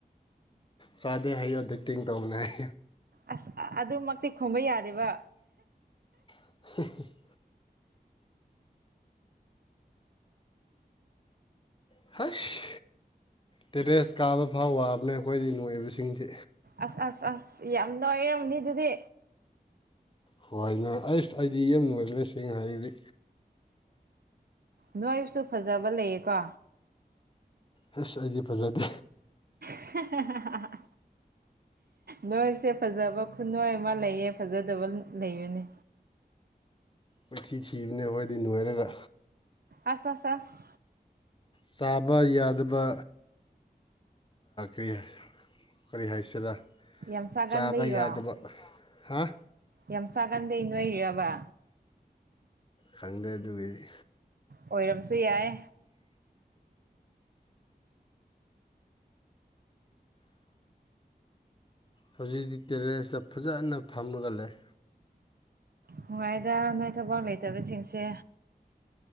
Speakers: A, on the left; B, on the right.
A: ꯆꯥꯗꯦ ꯍꯥꯏꯌꯦꯌꯨ ꯛꯇꯤꯡ ꯇꯧꯕꯅꯦ ꯍꯥꯏ
B: ꯑꯁ ꯑꯗꯨꯃꯛꯇꯤ ꯈꯨꯝꯕ ꯌꯥꯗꯦꯕ
A: <inaudible> ꯍꯁ ꯇꯦꯔꯦꯁ ꯀꯥꯕ ꯐꯥꯎ ꯋꯥꯕꯅꯦ ꯑꯩꯈꯣꯏꯗꯤ ꯅꯣꯏꯕꯁꯤꯡꯁꯤ
B: ꯑꯁ ꯑꯁ ꯑꯁ ꯌꯥꯝ ꯅꯨꯡꯥꯏꯔꯔꯕꯅꯤ ꯑꯗꯨꯗꯤ
A: ꯍꯋꯥꯣꯏꯅ ꯑꯩꯁ ꯑꯩꯗꯤ ꯌꯥꯝ ꯣꯏꯁꯤꯡ ꯍꯥꯏꯕꯗꯤ
B: ꯅꯣꯏꯕꯨꯁꯨ ꯐꯖꯕ ꯂꯩꯌꯦꯀꯣ
A: ꯍꯁ ꯑꯩꯗꯤ ꯐꯖꯗꯦ꯫
B: ' <unintelligible> ꯅꯣꯏꯁꯦ ꯐꯖꯕ ꯈꯨꯅꯣꯏ ꯑꯃ ꯂꯩꯌꯦ ꯐꯖꯗꯕ ꯂꯩꯕꯅꯤ
A: ꯀꯣꯢꯊꯤ ꯊꯤꯕꯅꯦꯕ ꯑꯩꯗꯤ ꯅꯣꯢꯔꯒ꯫
B: ꯑꯥꯁ ꯑꯥꯁ ꯑꯥꯁ
A: ꯆꯥꯕ ꯌꯥꯗꯕ ꯔꯤ ꯀꯔꯤ ꯍꯥꯏꯁꯤꯔꯥ
B: ꯌꯥꯝ ꯆꯥꯒꯟꯕꯩꯔꯣ
A: ꯆꯥꯕ ꯌꯥꯗꯕ ꯍꯥ
B: ꯌꯥꯝ ꯁꯥꯒꯥꯟꯗꯦ ꯅꯣꯏꯔꯕ
A: ꯈꯪꯗꯦ ꯑꯗꯨꯒꯤꯗꯤ
B: ꯑꯣꯏꯔꯝꯕꯁꯨ ꯌꯥꯏ
A: ꯍꯧꯖꯤꯛꯇꯛꯇꯤ ꯇꯦꯔꯦꯁꯇ ꯐꯖꯅ ꯐꯝꯃꯒ ꯂꯩ
B: ꯅꯨꯡꯉꯥꯏꯗ ꯅꯣꯏ ꯊꯕꯛ ꯂꯩꯇꯕꯁꯤꯡꯁꯦ